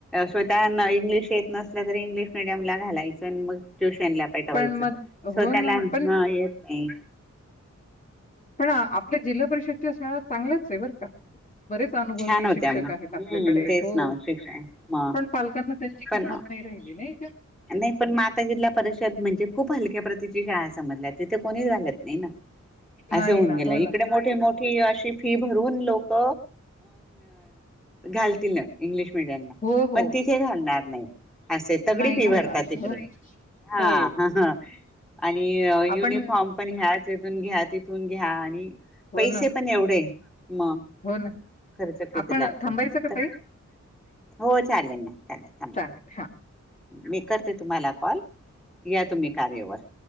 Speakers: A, in the centre; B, on the left.
A: स्वतः इंग्लिश येत नसलं तरी इंग्लिश मिीडियमला घालायचं. मग ट्युशन ला पठवायच.
B: पण मग
A: स्वताला
B: हो ना. पण
A: हा येत नाही.
B: पण आपल्या जिल्हा परिषदच्या शाळा चांगल्याच आहे. बरं का बरेच अनुभवी
A: छान होत्या
B: शिक्षक
A: मग
B: आहेत. आपल्याकडे
A: हम्म तेच
B: हो
A: ना शिक्षण मग
B: पण पालकांना त्यांची किंमत
A: पण
B: नाही राहिली नाही का?
A: नाही पण माता जिल्हा परिषद म्हणजे खूप हलक्या प्रतिची शाळा समजल्या. तिथे कोणीच घालत नाही. ना
B: नाही
A: असे होऊन
B: ना.
A: गेला.
B: हो
A: इकडे
B: ना.
A: मोठे मोठे अ फी भरून लोक घालतील. तिथे
B: हो, हो.
A: घालणार. नाही. असे तगडी
B: नाही
A: पी
B: घालणार.
A: भरतात तिकड
B: हो,
A: हा
B: हो.
A: ह ह. आणि
B: आपण
A: युनिफॉर्म पण ह्याच तथून घ्या तिथून घ्या आणि
B: हो
A: पैसे
B: ना,
A: पण एवढे मग
B: हो ना.
A: खर्च किती
B: आपण
A: लागतो
B: थांबायचं का
A: त
B: ताई?
A: हो चालेल ना चालेल थांब
B: चालेल हा
A: मी करते तुम्हाला कॉल या तुम्ही कार्यवर